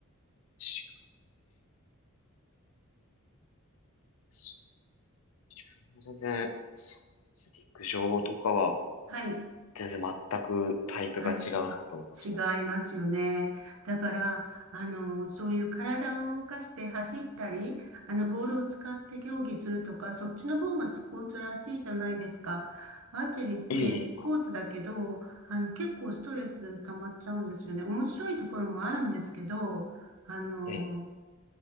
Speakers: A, on the left; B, on the right.
A: 確かに自分も全然、そうですね陸上とかは、
B: はい。
A: 全然全くタイプが違うなと思いましたね。
B: はい。違いますよね。だから、あの、そういう体を動かして走ったり、あの、ボールを使って競技するとか、そっちの方がスポーツらしいじゃないですか。アーチェリーってスポーツだけど、
A: ええ、まあ、
B: あの、結構ストレス溜まっちゃうんですよね。面白いところもあるんですけど、あの、
A: ええ、